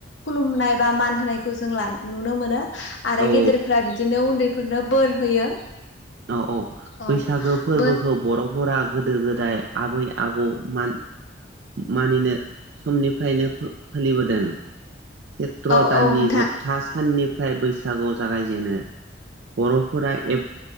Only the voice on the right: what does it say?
औ
औ औ
बैसागो फोरबोखौ
बर'फोरा गोदो गोदाय आबै आबौ मान मानिनो समनिफ्रायनो फो-फालिबोदों सेत्र'
दाननि
जोबथा साननिफ फ्राय बैसागु जागायजेनो बर'फोरा एप